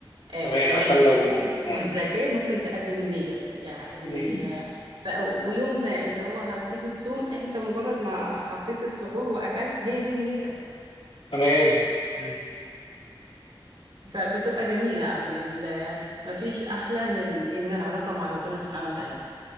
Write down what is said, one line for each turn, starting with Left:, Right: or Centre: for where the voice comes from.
Right: آه
Left: تمام عشان
Right: والزكاة
Left: لو آه.
Right: والزكاة ممكن تقدم النية يعني
Left: مم.
Right: آه، بقى ويوم اللي هو هتيجي تصوم انت مجرد ما حطيت السحور واكلت هي دي نيتك
Left: تمام مم.
Right: فبتبقى جميلة قوي ال- مفيش احلى من من العلاقة مع ربنا سبحانه وتعالى